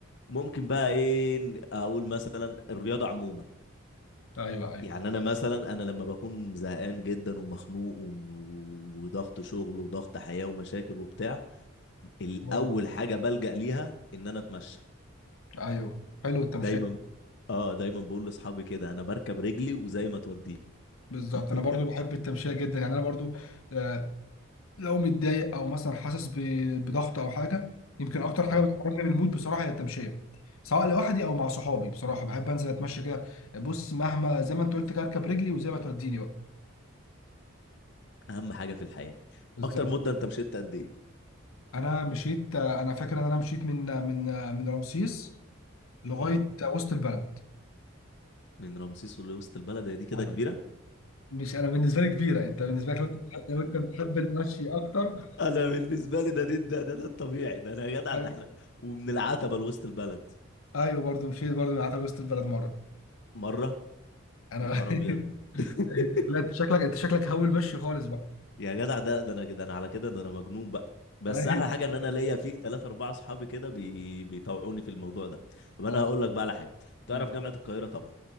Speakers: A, on the left; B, on the left.
A: ممكن بقى ايه اقول مثلا الرياضه عموما
B: ايوه ايوه
A: يعني انا مثلا انا لما بكون زهقان جدا ومخنوق وم- وضغط شغل وضغط حياة ومشاكل وبتاع الاول
B: آه،
A: حاجة بلجأ ليها ان انا اتمشى
B: ايوه حلو التمشيه
A: دايما اه دايما بقول لاصحابي كده انا بركب رجلي وزي ما توديني
B: بالظبط
A: <laughs>
B: انا برضو بحب التمشيه جدا يعني انا برضو آه، لو متضايق او مثلا حاسس ب- بضغط او حاجه يمكن اكتر
A: اه
B: حاجه بتخرجني من المود بصراحه هي التمشيه سواء لوحدي او مع صحابي بصراحه بحب انزل اتمشى كده بص مهما زي ما انت قلت كده اركب رجلي وزي ما توديني بقى
A: اهم حاجة في الحياة
B: بالظبط
A: اكتر مدة انت مشيت قد ايه
B: انا مشيت انا فاكر ان انا مشيت من من من رمسيس لغايه
A: اه
B: وسط البلد
A: من رمسيس لوسط البلد هي دي كده
B: أيوة.
A: كبيرة
B: مش انا بالنسبه لي كبيره انت بالنسبه لك لو انت بتحب لو أنت بتحب المشي اكتر
A: انا بالنسبة لي ده ده ده, ده, ده الطبيعي ده انا يا جدع
B: ايوه
A: ده احنا ومن العتبة لوسط البلد
B: أيوة برضو مشيت برضو قعدت وسط البلد مره
A: مرة
B: انا
A: يا نهار ابيض <laughs>
B: <laughs> لا انت شكلك انت شكلك هول مشي خالص بقى
A: يا جدع ده ده انا ده انا على كده ده انا مجنون بقى بس
B: <laughs> أيوة.
A: احلى حاجه ان انا ليا فيك ثلاثة اربعة اصحابي كده بي... بيطوعوني في الموضوع ده طب
B: اه
A: انا هقول لك بقى على حاجه تعرف
B: اه
A: جامعه القاهره طبعا